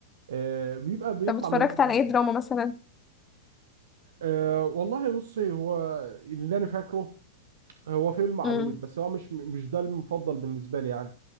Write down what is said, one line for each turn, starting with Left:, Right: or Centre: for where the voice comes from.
Right: آه، بيبقى بيطلع
Left: طب اتفرجت
Right: من الدراما
Left: على إيه
Right: كويس.
Left: دراما مثلا؟
Right: أه والله بصي هو اللي انا فاكره هو فيلم عبيط
Left: مم.
Right: بس هو مش مش ده المفضل بالنسبه لي يعني